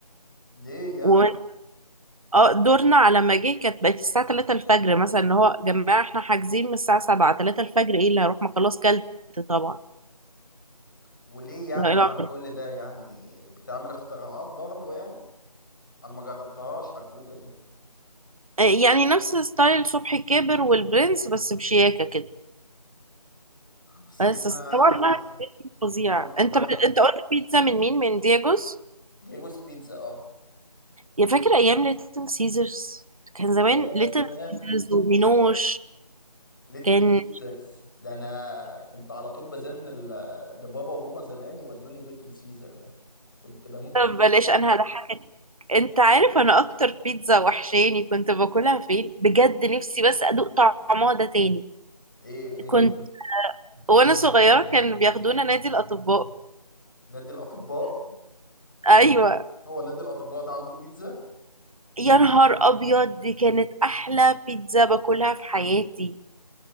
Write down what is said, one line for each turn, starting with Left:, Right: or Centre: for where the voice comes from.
Left: ليه يعني
Right: و اه دورنا على ما جه كانت بقت الساعه 3 الفجر مثلا اللي هو يا جماعه احنا حاجزين من الساعه 7 3 الفجر ايه اللي هروح ما خلاص كلت طبعا
Left: وليه يعني
Right: لا،
Left: بقى
Right: لا.
Left: على كل ده يعني بتعمل اختراعات برضو يعني انا ما جربتهاش حجوجه دي
Right: آه، يعني نفس ستايل صبحي كابر والبرنس بس بشياكة كده
Left: بصي
Right: بس
Left: انا
Right: س- طبعا بقى فظيع
Left: انا ما
Right: انت
Left: ما بح...
Right: ب... انت قلت بيتزا من مين من دياجوس
Left: ديجوز بيتزا اه
Right: يا فاكر ايام ليتل سيزرز كان زمان
Left: ياه
Right: ليتل سيزرز ومينوش
Left: آه، ليتل
Right: كان
Left: سيزرز ده انا كنت على طول بزن ل- لبابا وماما زمان يودوني ليتل سيزر ده كنت بموت فيه
Right: طب بلاش انا هضحكك انت عارف انا اكتر بيتزا وحشاني كنت باكلها فين بجد نفسي بس ادوق طعمها ده تاني
Left: ايه فين
Right: كنت وانا صغيرة كانوا بياخدونا نادي الاطباء
Left: نادي الاطباء
Right: ايوه
Left: <laughs> هو نادي الاطباء ده عنده بيتزا
Right: يا نهار ابيض دي كانت احلى بيتزا باكلها في حياتي